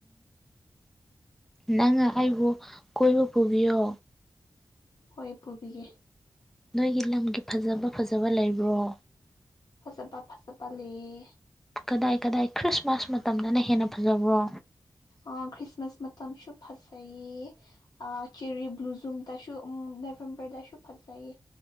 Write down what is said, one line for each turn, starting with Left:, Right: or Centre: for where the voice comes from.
Centre: ꯅꯪ ꯑꯩꯕꯨ ꯀꯣꯏꯕ ꯄꯨꯕꯤꯌꯣ
Left: ꯍꯣꯏ ꯄꯨꯕꯤꯒꯦ
Centre: ꯅꯣꯏꯒꯤ ꯂꯝꯒꯤ ꯐꯖꯕ ꯐꯖꯕ ꯂꯩꯕ꯭ꯔꯣ
Left: ꯐꯖꯕ ꯐꯖꯕ ꯂꯩꯌꯦ
Centre: ꯀꯗꯥꯏ ꯀꯗꯥꯏ ꯈ꯭ꯔꯤꯁꯃꯥꯁ ꯃꯇꯝꯗꯅ ꯍꯦꯟꯅ ꯐꯖꯕ꯭ꯔꯣ
Left: ꯑꯣ ꯈ꯭ꯔꯤꯁꯃꯥꯁ ꯃꯇꯝꯁꯨ ꯐꯖꯩꯏ ꯑ ꯆꯦꯔꯤ ꯕ꯭ꯂꯨꯖꯨꯝ ꯇꯁꯨ ꯎꯝ ꯅꯦꯕꯦꯝꯕꯔꯗꯥꯁꯨ ꯐꯖꯩꯌꯦ